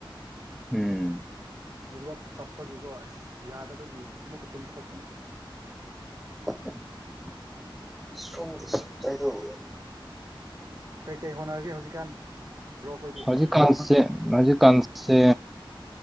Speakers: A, in the centre; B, on the right.
A: ꯎꯝ
B: ꯅꯤꯠꯋꯥꯛ ꯆꯠꯄꯒꯤꯀꯣ ꯑꯁ ꯌꯥꯗꯕꯒꯤ ꯑꯃꯨꯛꯀ ꯇꯨꯝꯊꯣꯛꯄꯅꯤ꯫
A: <unintelligible>
B: ꯀꯩꯀꯩ ꯍꯣꯠꯅꯔꯒꯦ ꯍꯧꯖꯤꯛꯀꯥꯟ ꯕ꯭ꯔꯣ ꯈꯣꯏꯗꯤ?
A: ꯍꯧꯖꯤꯛꯀꯥꯟꯁꯦ ꯍꯧꯖꯤꯛꯀꯥꯟꯁꯦ